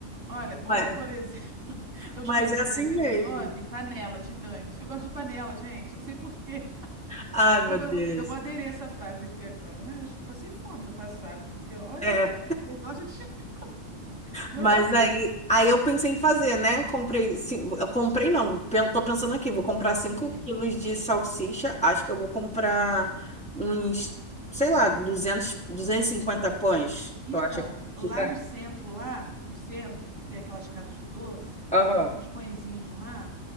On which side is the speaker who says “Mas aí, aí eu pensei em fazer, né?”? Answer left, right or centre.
Centre